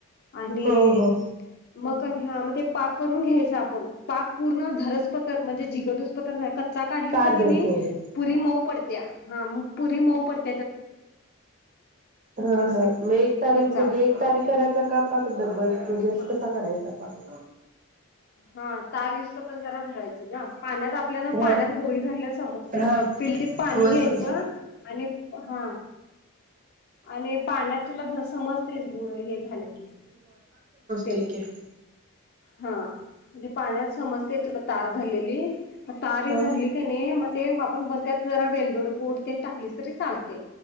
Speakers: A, on the left; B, on the right.
A: आणि
B: हो हो
A: मग कणी हा ते पाक करून घ्यायचं आपण पाक पूर्ण धरस पथर म्हणजे जिगड हुस पथर कच्चा काढलासं
B: तार
A: तर कणी
B: गणित
A: पुरी मऊ पडत्या हा मग पुरी मऊ पडती
B: ह
A: असं
B: हं
A: आहे.
B: मग एक तारी
A: कच्चा
B: म्हणजे एक तारी करायचा का पाक डबल? म्हणजे
A: हा
B: कसा करायचा? पाक
A: हा. तार येऊस तो पर्यंत जरा धरायचं गं. पाण्यात आपल्या पाण्यात
B: हा
A: गोळी धरल्या समजतयं
B: हा
A: पिलटीत पाणी
B: होय
A: घ्यायचं
B: समज
A: आणि ह आणि पाण्यात तुला समजतयं बो हे झाले की तेच
B: ठिक हे.
A: हा म्हणजे पाण्यात समजतयं तुला तार धरलेली, मग तार ही
B: हा
A: धरली कणी मग ते आपण जरा वेलदोड पुड तेण टाकलीस तरी चालतयं,